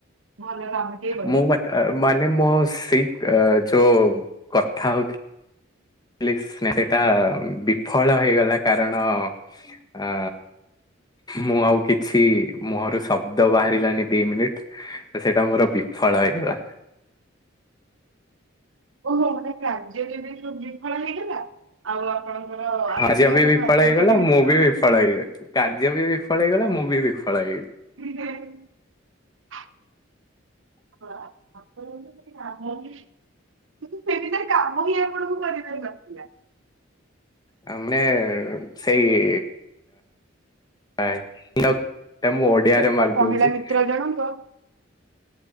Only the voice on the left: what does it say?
ମୁଁ ମା ମାନେ ମୋ ସେଇ ଏ ଯୋ କଥା ହଉଥି <unintelligible> ସେଟା ବିଫଳ ହେଇଗଲା କାରଣ ଆ ମୁଁ ଆଉ କିଛି ମୁହଁରୁ ଶବ୍ଦ ବାହାରିଲାନି ଦି ମିନିଟ୍। ତ ସେଇଟା ମୋର ବିଫଳ ହେଇଗଲା।
କାର୍ଯ୍ୟ
ବି ବିଫଳ
ହେଇଗଲା
ମୁଁ <unintelligible> କାର୍ଯ୍ୟ ବି ବିଫଳ ହେଇଗଲା ମୁଁ ବି ବିଫଳ ହେଇଗଲି।
ଆ ମାନେ ସେଇ <unintelligible> ମୁଁ ଓଡିଆରେ
ମାରିଦଉଚି।